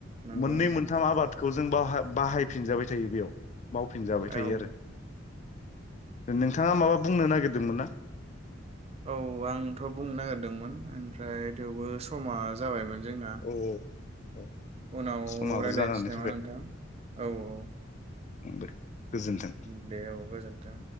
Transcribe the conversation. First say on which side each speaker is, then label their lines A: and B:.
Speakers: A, on the right; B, on the left.
A: नंगौ
B: मोननै
A: नोंथां
B: मोनथाम आबादखौ जों बाहा बाहायफिनजाबाय थायो बेयाव <unintelligible> फिन जाबाय थायो
A: औ
B: आरो । नोंथाङा माबा बुंनो नागिरदोंमोन ना?
A: औ आंथ' बुंनो नागिरदोंमोन ओमफ्राय थेवबो समा जाबायमोन जोंना
B: औ औ। औ
A: उनाव
B: समाबो
A: रायज्लायनोसै
B: जानानै
A: नामा नोंथां औ औ।
B: उम दे। गोजोन्थों।
A: उम दे अउ गोजोनथों।